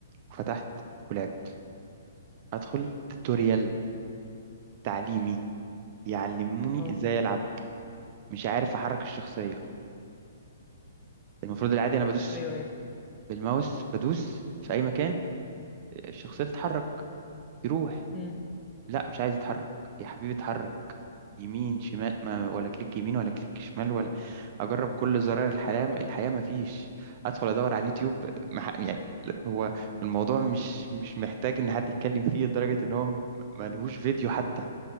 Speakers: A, on the right; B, on the left.
A: وفتحت ولعبت ادخل توتوريال تعليمي بيعلموني
B: اه
A: ازاي العب مش عارف احرك الشخصية المفروض العادي انا بدوس
B: ايوه
A: بال...
B: ايوه
A: بالماوس بدوس في اي مكان الشخصية تتحرك يروح
B: امم
A: لا مش عايز يتحرك يا حبيبي اتحرك يمين شمال ما ولا كليك يمين ولا كليك شمال ولا اجرب كل زراير الحياه الحياه ما فيش ادخل ادور على اليوتيوب مح... يعني لا، هو الموضوع مش مش محتاج ان حد يتكلم فيه لدرجه ان هو م- ملهوش فيديو حتى